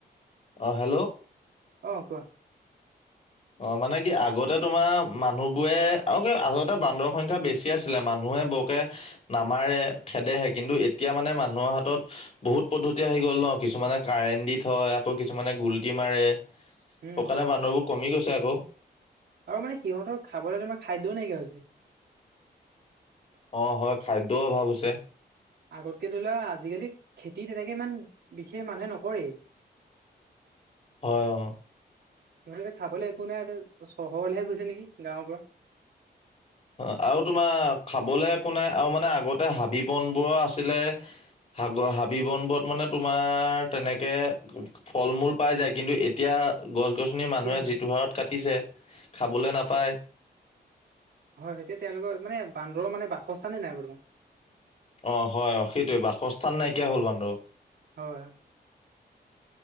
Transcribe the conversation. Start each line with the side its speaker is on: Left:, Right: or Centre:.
Left: অ হেল্ল'।
Right: অ কোৱা।
Left: অ মানে কি আগতে তোমাৰ মানুহ বোৰে আৰু আ বান্দৰ সংখ্যা বেছি আছিলে মানুহে বৰকে নামাৰে, খেদেহে, কিন্তু এতিয়া মানে মানুহৰ হাতত বহুত পদ্ধতি আহি গ'ল ন। কিছুমানে কাৰেণ্ট দি থয়, আকৌ কিছুমানে গুল্টি মাৰে,
Right: উম
Left: শুকানে
Right: হয়
Left: বান্দৰবোৰ
Right: হয়
Left: কমি গৈছে আকৌ।
Right: আৰু মানে সিহঁতৰ খাবলৈ তোমাৰ খাদ্যও নাইকিয়া হৈছে।
Left: অ হয় খাদ্যও অভাৱ আছে।
Right: আগতকে ধৰি লোৱা আজিকালি খেতি তেনেকে ইমান বিশেষ মানুহে নকৰেই।
Left: <inaudible> অ
Right: সিহঁতে খাবলৈ একো নাই চহৰলৈহে গৈছে নেকি গাঁৱৰ পৰা।
Left: অ আৰু তোমাৰ খাবলৈ একো নাই আৰু মানে আগতে হাবি বন বোৰৰ আছিলে। হাগৰ হাবি বন বত মানে তোমাৰ তেনেকে ফল মূল পাই যায় কিন্তু এতিয়া গছ গছনি
Right: এতিয়া
Left: মানুহে
Right: নাই
Left: যিটো হাৰত কাটিছে খাবলৈ নাপায়।
Right: হয়েইতিয়া তেওঁলোকৰ মানে বান্দৰৰ মানে বাসস্থানেই নাই বৰ্তমান।
Left: অ হয় অ সেইটোৱে বাসস্থান নাইকিয়া হল বান্দ‌ও।
Right: হয়।